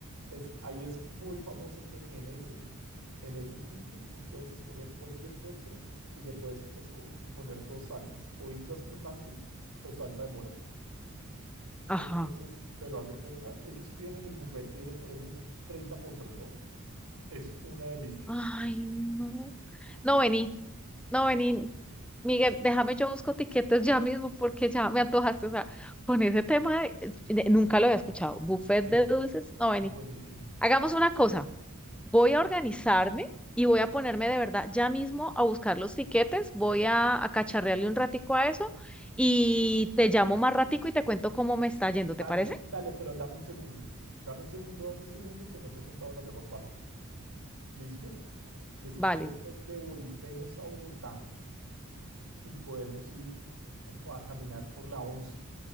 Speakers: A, on the right; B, in the centre.
A: es, ahí es muy famoso que en ese, en ese sitio tú puedes escoger cualquier postre y le puedes esco- poner dos salsas, o islas flotantes o salsa de mora.
B: Ajá.
A: Entonces, pero haz de cuenta, ellos tienen, el buffet tiene por ahí unos 30 postres, ¿no? Es una delicia,
B: Ay, no. No, vení. No, vení, Miguel, déjame yo busco tiquetes ya mismo porque ya me antojaste. O sea, con ese tema de- de- nunca lo había escuchado. Buffet
A: es
B: de dulces. No,
A: buenísimo.
B: vení. Hagamos una cosa. Voy a organizarme y voy a ponerme de verdad ya mismo a buscar los tiquetes. Voy a, a cacharrearle un ratico a eso y te llamo más ratico y te cuento cómo me está yendo.
A: Dale,
B: ¿Te parece?
A: dale, pero dame un segundo, dame un segundo, dame un segundo que no te he contado la mejor parte. ¿Listo? Después
B: Vale,
A: nos devolvemos a Bogotá y podemos ir a a caminar por la once